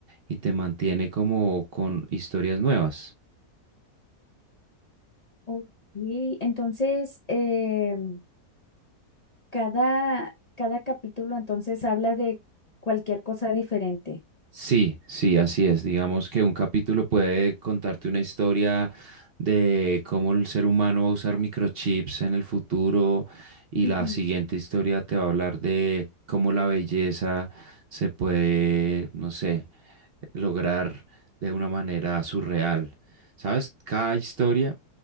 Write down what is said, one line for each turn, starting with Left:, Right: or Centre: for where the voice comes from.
Right: y te mantiene como con historias nuevas.
Left: Ok, entonces, em, cada, cada capítulo entonces habla de cualquier cosa diferente.
Right: Sí, sí, así es. Digamos que un capítulo puede contarte una historia de cómo el ser humano va a usar microchips en el futuro y
Left: Ujú,
Right: la siguiente historia te va a hablar de cómo la belleza se puede, no sé, lograr de una manera surreal. ¿Sabes? Cada historia